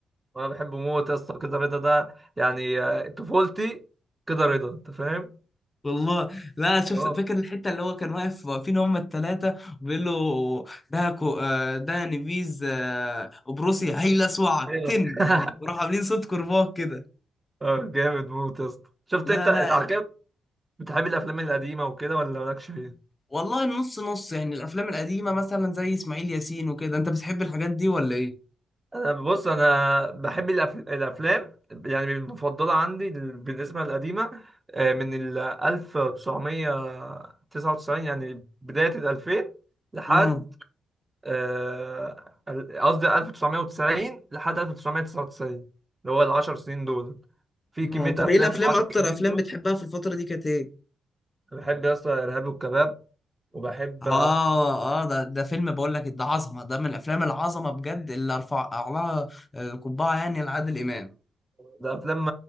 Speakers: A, on the right; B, on the left.
A: انا بحبه موت يا اسطى كده رضا ده يعني آه، طفولتي كده رضا انت فاهم؟
B: والله لا شفت
A: اه
B: فاكر الحته اللي هو كان واقف واقفين هم الثلاثه وبيقول له ده كو آه، ده نبيذ آه، بروسيا هيلسوعك
A: ايوه
B: تن
A: <laughs>
B: وراح عاملين صوت كرباج كده
A: اه جامد موت يا اسطى شفت
B: لا
A: انت
B: لا
A: انت على كده بتحب الافلام القديمه وكده ولا مالكش فيها
B: والله النص نص يعني الافلام القديمه مثلا زي اسماعيل ياسين وكده انت بتحب الحاجات دي ولا ايه؟
A: انا بص انا بحب الأف... الافلام يعني المفضله عندي ال- بالنسبه للقديمه آه، من ال 1999 يعني بدايه ال 2000 لحد
B: اه
A: آه، ال- قصدي 1990 لحد 1999 اللي هو العشر سنين دول في كميه
B: اه طب
A: افلام
B: ايه الافلام
A: في العشر
B: اكتر
A: سنين
B: افلام
A: دول
B: بتحبها في الفتره دي كانت ايه؟
A: أنا بحب يا اسطى ارهاب والكباب وبحب
B: اه اه ده ده فيلم بقول لك ده عظمه ده من الافلام العظمه بجد اللي ارفع لها القبعه يعني لعادل امام
A: ده فيلم